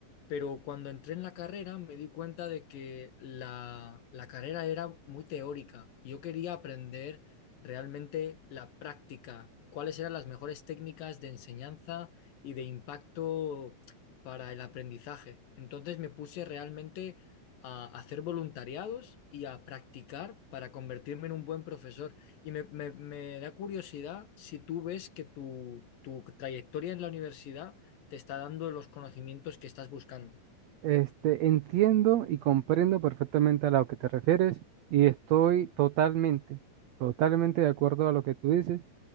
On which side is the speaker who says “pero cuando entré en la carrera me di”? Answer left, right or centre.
Left